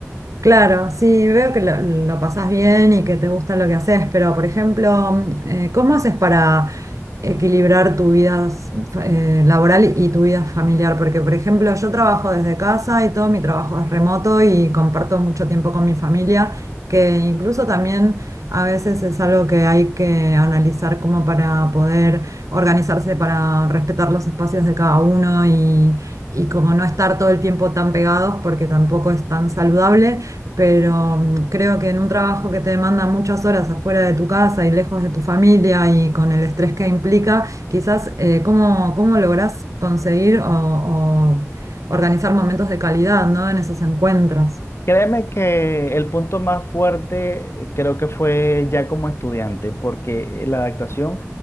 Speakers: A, on the right; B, on the left.
A: Claro, sí, veo que lo, lo pasás bien y que te gusta lo que haces, pero por ejemplo, mm, eh, ¿cómo haces para equilibrar tu vida s- fa- eh, laboral y tu vida familiar? Porque por ejemplo, yo trabajo desde casa y todo mi trabajo es remoto y comparto mucho tiempo con mi familia, que incluso también a veces es algo que hay que analizar como para poder organizarse, para respetar los espacios de cada uno y... Y como no estar todo el tiempo tan pegados porque tampoco es tan saludable, pero mm, creo que en un trabajo que te demanda muchas horas afuera de tu casa y lejos de tu familia y con el estrés que implica, quizás eh, cómo, cómo lográs conseguir o, o organizar momentos de calidad, ¿no? En esos encuentros.
B: Créeme que el punto más fuerte eh, creo que fue ya como estudiante, porque la adaptación